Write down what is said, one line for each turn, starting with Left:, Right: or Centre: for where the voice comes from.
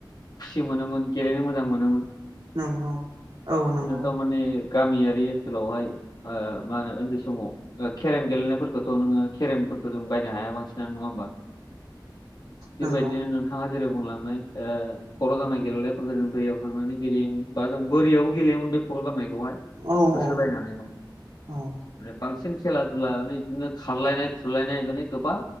Left: खुसि मोनोमोन गेलेनो मोजां मोनोमोन
Right: नंगौ औ नंगौ
Left: बिसोर खौ माने गामियारि ओनसोलावहाय ओ मा होनो उन्दै समाव केरेम गेलेनायफोरखौथ' नोङो केरेमफोरखौ जों बायनो हाया बांसिनानो नङा होमबा बेबायदि
Right: नंगौ
Left: नोंथां थाङा जेरै बुंलांनाय ओ‌ खर' दांनाय गेलेनायफोरखौ जों दैयाव थांनानै गेलेयोम बा जों बोरिआव गेलेयोमोन बे खर' दांनायखौहाय
Right: औ
Left: होसोलायनानैहाय
Right: औ औ
Left: माने बांसिन खेला दुला मानि बिदिनो खारलायनाय खुरलायनाय माने गोबां